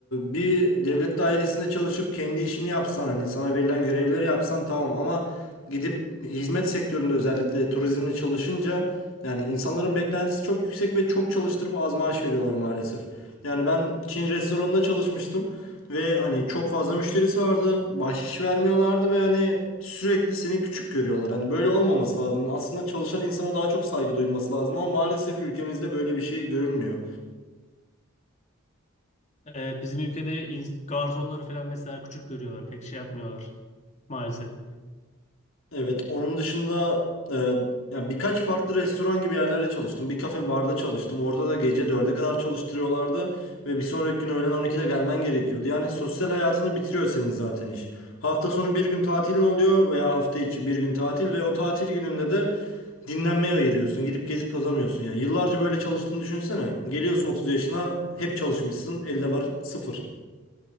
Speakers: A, on the left (about 80°); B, on the left (about 35°).
A: bir devlet dairesinde çalışıp kendi işini yapsan hani sana verilen görevleri yapsan tamam ama gidip hizmet sektöründe özellikle turizmle çalışınca yani insanların beklentisi çok yüksek ve çok çalıştırıp az maaş veriyorlar maalesef. Yani ben Çin restoranında çalışmıştım. Ve hani çok fazla müşterisi vardı. Bahşiş vermiyorlardı ve hani sürekli seni küçük görüyorlar. Hani böyle olmaması lazım. Aslında çalışan insana daha çok saygı duyulması lazım ama maalesef ülkemizde böyle bir şey görülmüyor.
B: Evet, bizim ülkede ins- garsonları falan mesela küçük görüyorlar. Pek şey yapmıyorlar maalesef.
A: Evet, onun dışında e, ya birkaç farklı restoran gibi yerlerde çalıştım. Bir kafe barda çalıştım. Orada da gece dörde kadar çalıştırıyorlardı ve bir sonraki gün öğlen 12'de gelmen gerekiyordu. Yani sosyal hayatını bitiriyor senin zaten iş. Hafta sonu bir gün tatilin oluyor veya hafta içi bir gün tatil ve o tatil gününde de dinlenmeye ayırıyorsun. Gidip gezip tozamıyorsun yani. Yıllarca böyle çalıştığını düşünsene. Geliyorsun 30 yaşına hep çalışmışsın. Elde var sıfır.